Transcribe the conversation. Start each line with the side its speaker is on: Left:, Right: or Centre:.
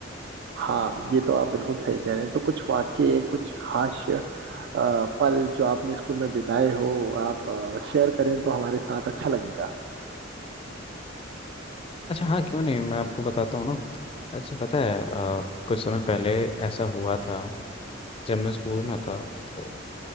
Right: हाँ ये तो आप बिल्कुल सही कह रहे हैं तो कुछ वाक्य कुछ हास्य आ, पल जो आपने स्कूल में बिताए हो आप शेयर करें तो हमारे साथ अच्छा लगेगा
Left: अच्छा हाँ क्यों नहीं मैं आपको बताता हूँ ना अच्छा पता है अ, कुछ समय पहले ऐसा हुआ था जब मैं स्कूल में था तो